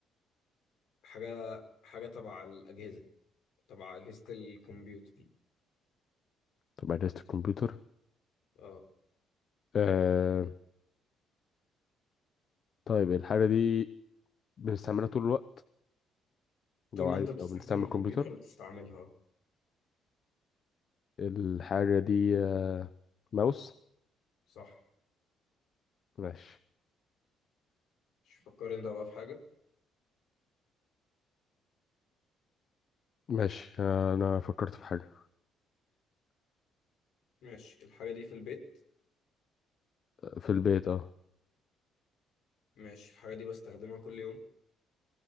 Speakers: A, on the left; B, on the left.
A: حاجه حاجه تبع الاجهزه تبع اجهزه الكمبيوتر
B: طب أجهزة الكمبيوتر
A: اه
B: أه طيب الحاجة دي بنستعملها طول الوقت لو
A: طول
B: عادي
A: ما انت بتستخدم
B: لو بنستعمل
A: الكمبيوتر
B: الكمبيوتر
A: بتستعملها
B: الحاجة دي آه، ماوس
A: صح
B: ماشي
A: مش فكر انت بقى في حاجه
B: ماشي آه، أنا فكرت في حاجة
A: ماشي الحاجه دي في البيت
B: في البيت اه
A: ماشي الحاجة دي بستخدمها كل يوم